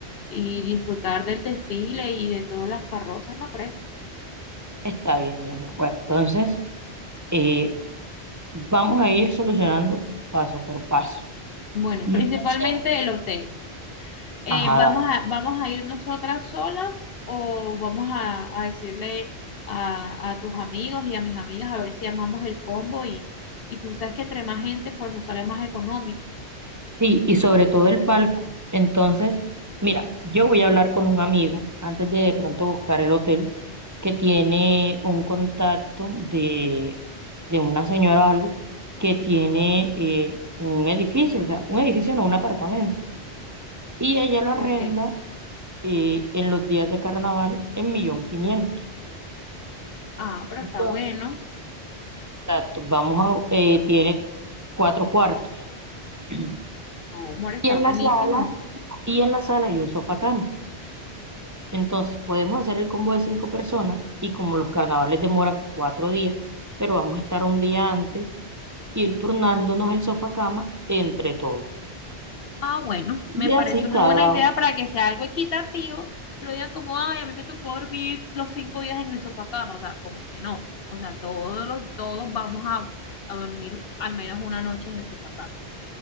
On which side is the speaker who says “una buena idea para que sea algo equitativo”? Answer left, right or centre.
Left